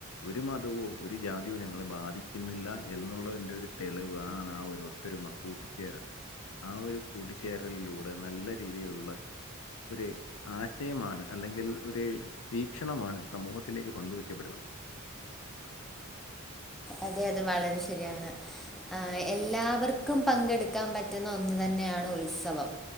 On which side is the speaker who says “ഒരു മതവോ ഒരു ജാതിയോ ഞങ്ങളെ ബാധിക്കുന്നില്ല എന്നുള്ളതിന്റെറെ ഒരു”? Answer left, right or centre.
Left